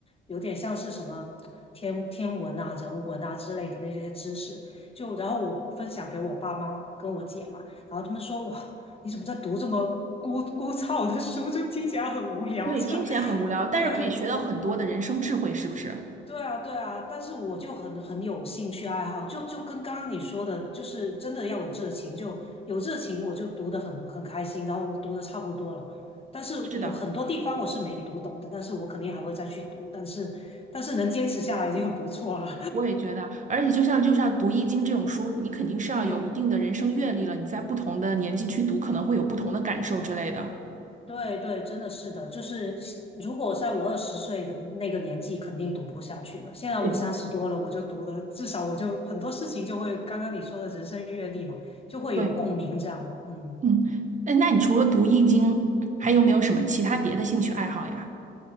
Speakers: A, on the left; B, on the right.
A: 有点像是什么天天文啊、人文啊之类的那些知识，就然后我分享给我爸妈跟我姐嘛。然后他们说哇，你怎么在读这么枯枯燥的书？就听起来很无聊这样。
B: 对，听起来很无聊，
A: <laughs>
B: 但是可以学到很多的人生智慧，
A: 对，
B: 是不是？
A: 对啊，对啊。但是我就很很有兴趣爱好，就就跟刚刚你说的，就是真的要有热情，就有热情，我就读得很很开心，然后我读得差不多了。但是有很多地方我是没读懂的，
B: 是的，
A: 但是我肯定还会再去读。但是但是能坚持下来已经很不错了。
B: 我也觉得。而且就像就像读易经这种书，你肯定是要有一定的人生阅历了，
A: <laughs> 嗯。
B: 你在不同的年纪去读，可能会有不同的感受之类的。
A: 对对，真的是的，就是如果在我二十岁的那个年纪，肯定读不下去了。现在我三十多了，
B: 对的，
A: 我就读的，至少我就很多事情就会，刚刚你说的人生阅历嘛，就会有共鸣这样。
B: 对，
A: 嗯
B: 嗯，哎，那你除了读易经，还有没有什么其他别的兴趣爱好呀？